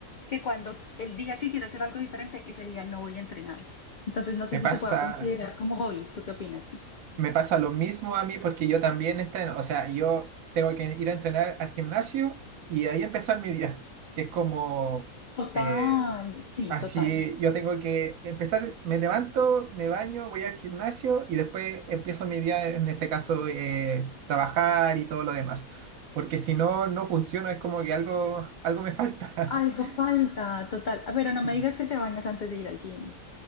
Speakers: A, on the left; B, on the right.
A: que cuando el día que quiero hacer algo diferente, ese día no voy a entrenar. Entonces, no sé
B: Me
A: si
B: pasa...
A: se pueda considerar como hobby. ¿Tú qué opinas?
B: Me pasa lo mismo a mí porque yo también entreno. O sea, yo tengo que ir a entrenar al gimnasio y ahí empezar mi día. Es como
A: Total,
B: eh,
A: sí,
B: así,
A: total.
B: yo tengo que empezar, me levanto, me baño, voy al gimnasio y después empiezo mi día, en este caso, eh, trabajar y todo lo demás. Porque si no, no funciona, es como que algo, algo me falta.
A: Algo
B: <laughs>
A: falta, total. Ah, Pero no me
B: Sí.
A: digas que te bañas antes de ir al gym.